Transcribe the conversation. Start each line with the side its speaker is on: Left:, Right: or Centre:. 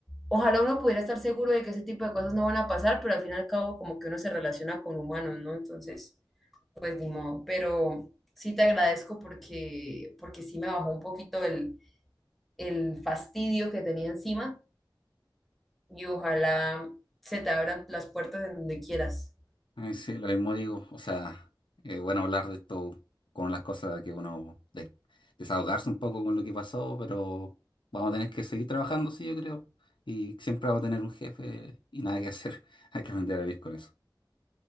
Centre: ojalá uno pudiera estar seguro de que ese tipo de cosas no van a pasar, pero al fin y al cabo como que uno se relaciona con humanos, ¿no? Entonces, pues ni modo, pero sí te agradezco porque, porque sí me bajó un poquito el, el fastidio que tenía encima y ojalá se te abran las puertas en donde quieras.
Left: Eh, sí, lo mismo digo. O sea, es bueno hablar de esto con las cosas que uno de- desahogarse un poco con lo que pasó, pero vamos a tener que seguir trabajando, sí, yo creo. Y siempre vamos a tener un jefe y nada que hacer. <laughs> Hay que aprender a vivir con eso.